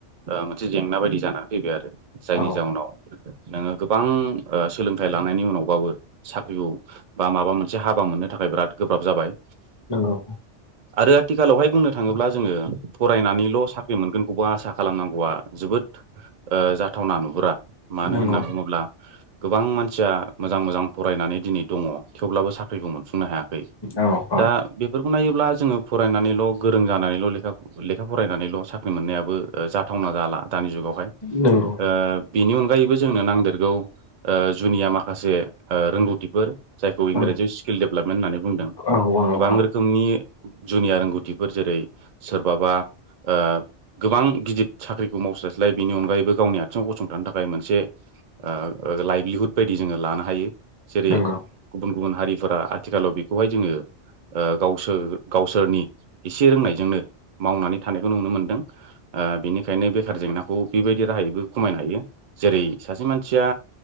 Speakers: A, on the right; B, on the left.
A: मोनसे जेंना बायदि जानानै फैबाय आरो। जायनि
B: औ
A: जाउनाव नोङो गोबां सोलोंथाइ लानायनि उनावबाबो साख्रिखौ बा माबा मोनसे हाबा मोननो था खाय बिराद गोब्राब जाबाय।
B: नोंगौ
A: आरो आथिखालावहाय बुंनो थाङोब्ला जोङो फरायनानैल' साख्रि मोनगोनखौबो आसा खालामनांगौआ जोबोदओ जाथावना नुहुरा मानो
B: नंगौ
A: होनना बुङोब्ला गोबां मानसिया मोजां मोजां फरायनानै दिनै दङ थेवब्लाबो साख्रिबो मोनफुंनो हायाखै
B: औ औ
A: दा बेफोर खौ नायोब्ला जोङो फरायनानैल' गोरों जानानैल' लेखा फरायनानैल' साख्रि मोननायाबो जाथावना जाला। दानि जुगावहाय
B: नंगौ
A: ओ बेनि अनगायैबो जोंनो नांदेरगौ जुनिया माखासे रोंगौथिफोर जायखौ इंराजियाव
B: औ
A: स्किल डेभेलपमेन्ट होननानै बुंदों
B: औ औ
A: गोबां
B: औ
A: रोखोमनि जुनियार रोंगौथिफोर जेरै सोरबाबा ओ गोबां गिदिर साख्रिखौ मावस्लायस्लाय बेनि अनगायैबो गावनि आथिङाव गसंथानो थाखाय मोनसे ओ ओ लाइभलिहुद बायदि जोङो लानो हायो। जेरै
B: नंगौ
A: गुबुन गुबुन हारिफोरा आथिखालाव बेखौहाय जोङो ओ गावसोर गावसोरनि एसे रोंनायजोंनो मावनानै थानायखौ नुनो मोनदों ओ बेनिखायनो बेखार जेंनाखौ बेबायदि राहायैबो खमायनो हायो। जेरै सासे मानसिया